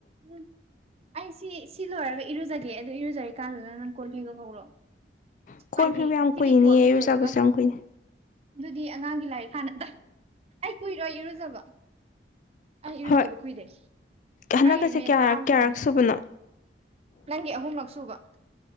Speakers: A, on the right (about 35°); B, on the left (about 45°).
A: ꯎꯝ ꯑꯩꯁꯤ ꯁꯤ ꯂꯣꯏꯔꯒ ꯏꯔꯨꯖꯒꯦ ꯑꯗꯨ ꯏꯔꯨꯖꯔꯤ ꯀꯥꯟꯗꯨꯅ ꯅꯪ ꯀꯣꯟ ꯐꯦꯡꯗꯣꯛꯍꯧꯔꯣ ꯍꯧꯔꯣ
B: ꯀꯣꯟ
A: ꯍꯥꯏꯗꯤ
B: ꯐꯦꯡꯕ ꯌꯥꯝ
A: ꯁꯤꯒꯤ
B: ꯀꯨꯏꯅꯤꯌꯦ
A: ꯀꯣꯜꯁꯦ
B: ꯏꯔꯨꯖꯕꯁꯨ
A: ꯂꯣꯏꯕꯒ
B: ꯌꯥꯝ ꯀꯨꯏꯅꯤ
A: ꯑꯗꯨꯗꯤ ꯑꯉꯥꯡꯒꯤ ꯂꯥꯏꯔꯤꯛ ꯍꯥꯟꯅꯗ ꯑꯩ ꯀꯨꯏꯔꯣꯏ ꯏꯔꯨꯖꯕ ꯑꯩ ꯏꯔꯨꯖꯕ
B: ꯍꯣꯏ
A: ꯀꯨꯏꯗꯦ
B: ꯍꯟꯗꯛꯀꯁꯦ
A: ꯍꯥꯏꯗꯤ ꯃꯤꯅꯨꯠ
B: ꯀꯌꯥꯔꯛ
A: ꯇꯥꯔ꯭ꯃꯨꯛꯇꯅꯦ
B: ꯀꯌꯥꯔꯛ ꯁꯨꯕꯅꯣ
A: ꯅꯪꯒꯤ ꯑꯍꯨꯝꯂꯛ ꯁꯨꯕ